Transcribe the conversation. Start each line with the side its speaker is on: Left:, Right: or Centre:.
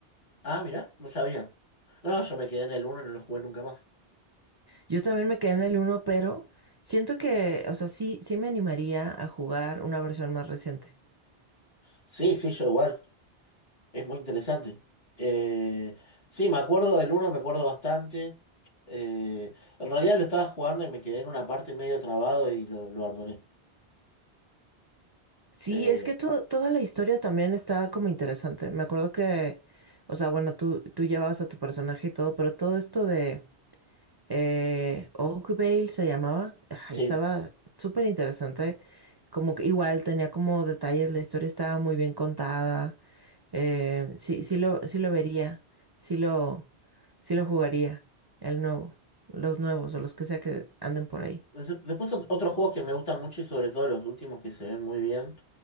Left: Ah, mira, no sabía. No, yo me quedé en el uno y no lo jugué nunca más.
Right: Yo también me quedé en el uno, pero siento que, o sea, sí, sí me animaría a jugar una versión más reciente.
Left: Sí, sí, yo igual. Es muy interesante. Eh, sí, me acuerdo del uno, me acuerdo bastante. Eh, en realidad lo estaba jugando y me quedé en una parte medio trabado y lo, lo abandoné.
Right: Sí,
Left: Eh,
Right: es que to- toda la historia también está como interesante. Me acuerdo que, o sea, bueno, tú, tú llevabas a tu personaje y todo, pero todo esto de, Eh, Oakvale se llamaba. Ay,
Left: sí.
Right: estaba súper interesante. Como que igual tenía como detalles, la historia estaba muy bien contada. Eh, sí, sí lo, sí lo vería. Sí lo, sí lo jugaría. El nuevo. Los nuevos o los que sea que anden por ahí.
Left: Des- Después ot- otros juegos que me gustan mucho y sobre todo los últimos que se ven muy bien